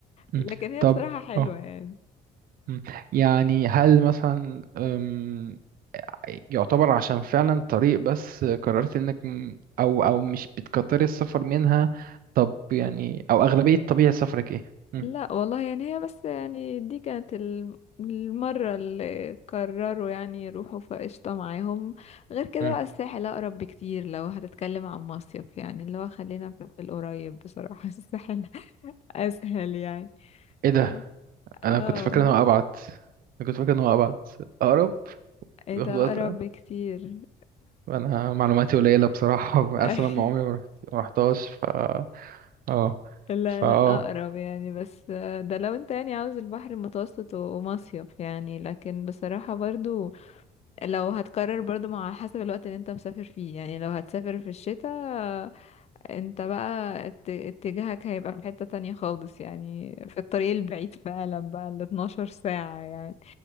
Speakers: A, on the right (about 60°); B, on the left (about 40°).
A: م.
B: لكن هي
A: طب
B: بصراحه حلوه
A: اه
B: يعني
A: م. يعني هل مثلا أم، يعتبر عشان فعلا طريق بس قررت انك م- او او مش بتكتري السفر منها طب يعني او اغلبية طبيعة سفرك ايه؟ م.
B: لا والله يعني هي بس يعني دي كانت ال- المره اللي قرروا يعني يروحوا فقشطه معاهم غير كده
A: م.
B: بقى الساحل اقرب بكتير لو هتتكلم عن مصيف يعني اللي هو خلينا في في القريب بصراحه <laughs> الساحل اسهل يعني
A: ايه
B: اه
A: ده انا
B: آه
A: كنت فاكر
B: والله
A: ان هو ابعد انا كنت فاكر ان هو ابعد اقرب
B: ايه
A: ياخد
B: ده
A: وقت
B: اقرب بكتير
A: انا معلوماتي قليله بصراحه
B: <laughs>
A: <laughs> اصلا ما عمري ما رحت- ما رحتهاش ف اه
B: لا
A: فا
B: لا
A: اه
B: اقرب يعني بس آه، ده لو انت يعني عاوز البحر المتوسط و- ومصيف يعني لكن بصراحة برضو لو هتقرر برضو مع حسب الوقت اللي انت مسافر فيه يعني لو هتسافر في الشتاء آه، انت بقى ات- اتجاهك هيبقى في حتة تانية خالص يعني في الطريق البعيد فعلا بقى ال 12 ساعة يعني